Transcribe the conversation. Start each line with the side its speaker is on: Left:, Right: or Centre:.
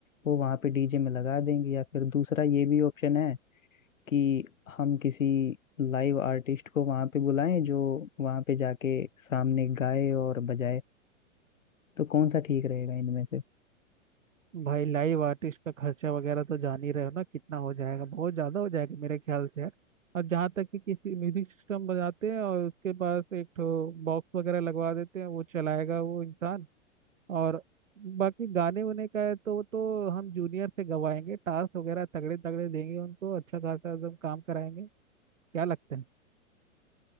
Left: वो वहां पे डीजे में लगा देंगे या फिर दूसरा ये भी ऑप्शन है कि हम किसी लाइव आर्टिस्ट को वहां पे बुलाएं जो वहां पे जाके सामने गाए और बजाए तो कौन सा ठीक रहेगा इनमें से
Right: भाई लाइव आर्टिस्ट का खर्चा वगैरह तो जान ही रहे हो ना कितना हो जाएगा बहुत ज़्यादा हो जाएगा मेरे ख्याल से यार और जहाँ तक कि किसी म्यूजिक सिस्टम बजाते हैं और उसके पास एक ठो बॉक्स वगैरह लगवा देते हैं वो चलाएगा वो इंसान और बाकी गाने वाने का है तो वो तो हम जूनियर से गवाएंगे टास्क वगैरह तगड़े तगड़े देंगे उनको अच्छा खासा एकदम काम कराएंगे क्या लगता है